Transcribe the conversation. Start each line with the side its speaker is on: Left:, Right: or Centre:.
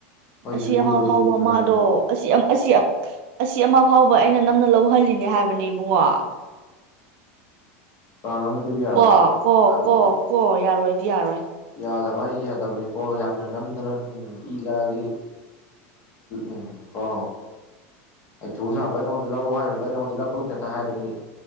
Left: ꯍꯣꯏ
Right: ꯑꯁꯤ
Left: ꯌꯨꯝꯕꯨꯗ
Right: ꯑꯃ
Left: ꯑꯣꯏꯁꯨ
Right: ꯐꯥꯎꯕ
Left: ꯂꯣꯏꯍꯜꯂꯣꯅ
Right: ꯃꯥꯗꯣ ꯑꯁꯤ ꯑꯁꯤ ꯑꯁꯤ ꯑꯃ ꯐꯥꯎꯕ ꯑꯩꯅ ꯅꯝꯅ ꯂꯧꯍꯜꯂꯤꯅꯦ ꯍꯥꯏꯕꯅꯦ ꯏꯕꯨꯡꯉꯣ
Left: ꯄ꯭ꯂꯥꯟ ꯑꯝꯇ ꯄꯤꯕ ꯌꯥꯔꯣꯏꯗ꯭ꯔꯣ
Right: ꯀꯣ ꯀꯣ
Left: ꯇꯜꯂꯤꯗ
Right: ꯀꯣ ꯀꯣ ꯌꯥꯔꯣꯏ ꯌꯥꯔꯣꯏ
Left: ꯌꯥꯗꯕ ꯍꯥꯏꯁꯨꯦ ꯌꯥꯗꯕꯅꯤꯀꯣ ꯌꯥꯝꯅ ꯅꯝꯗꯅ ꯎꯝ ꯏꯈꯔꯗꯤ ꯎꯝ ꯀꯣ ꯑꯩ ꯊꯨ ꯁꯥꯕ ꯑꯩꯉꯣꯟꯗ ꯂꯧꯔꯨ ꯍꯥꯏꯈ꯭ꯔꯔꯤꯕ ꯑꯩ ꯅꯉꯣꯟꯗ ꯂꯧꯔꯨꯩꯇ ꯍꯥꯏꯕꯅꯤ